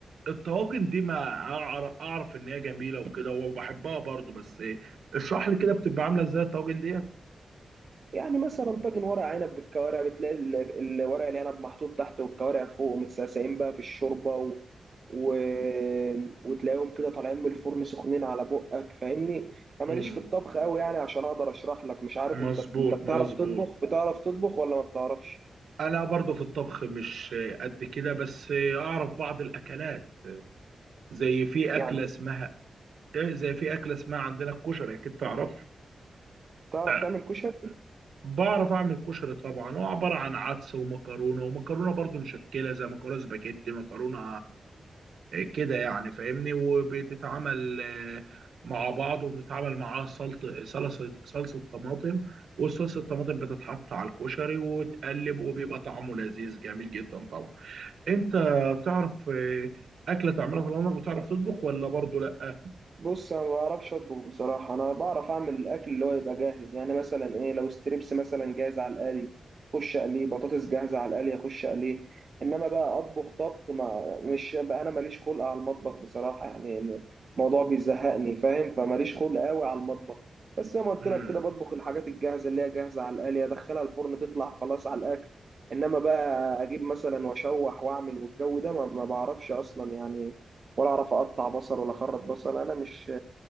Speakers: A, on the right; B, on the right.
A: الطواجن دي ما أعر- اعرف ان هي جميله وكده وبحبها برضو بس إيه، اشرح لي كده بتبقى عامله ازاي الطواجن ديت
B: يعني مثلا طاجن ورق عنب بالكوارع بتلاقي ال- ال- ورق العنب محطوط تحت والكوارع فوق متسقسقين بقى في الشوربه و... و... وتلاقيهم كده طالعين من الفرن سخنين على بقك فاهمني انا
A: مم.
B: ماليش في الطبخ قوي يعني عشان اقدر اشرح لك مش عارف
A: مظبوط
B: انت انت بتعرف
A: مظبوط
B: تطبخ بتعرف تطبخ ولا ما بتعرفش
A: انا برضو في الطبخ مش قد كده بس اعرف بعض الاكلات زي في
B: يعني
A: اكله اسمها إيه، زي في اكله اسمها عندنا الكشري اكيد تعرف
B: بتعرف
A: آه،
B: تعمل كشري
A: بعرف اعمل كشري طبعا هو عباره عن عدس ومكرونه ومكرونه برضو مشكله زي مكرونه سباجيتي مكرونه كده يعني فاهمني وبتتعمل آه، مع بعض وبتتعمل معاها سلطة صلصة صلصة طماطم والصلصة الطماطم بتتحط على الكشري وتقلب وبيبقى طعمه لذيذ جميل جدا طبعا انت تعرف آه، أكلة تعملها في العمر بتعرف تطبخ ولا برضه لا
B: بص انا ما بعرفش اطبخ بصراحه انا بعرف اعمل الاكل اللي هو يبقى جاهز يعني مثلا ايه لو ستريبس مثلا جاهز على القلي اخش اقليه بطاطس جاهزه على القلي اخش اقليه انما بقى اطبخ طبخ ما مش بقى انا ماليش خلق على المطبخ بصراحه يعني الموضوع بيزهقني فاهم فماليش خلق قوي على المطبخ بس زي ما قلت
A: امم
B: لك كده بطبخ الحاجات الجاهزه اللي هي جاهزه على القلي ادخلها الفرن تطلع خلاص على الاكل انما بقى اجيب مثلا واشوح واعمل والجو ده ما ما بعرفش اصلا يعني ولا اعرف اقطع بصل ولا اخرط بصل انا مش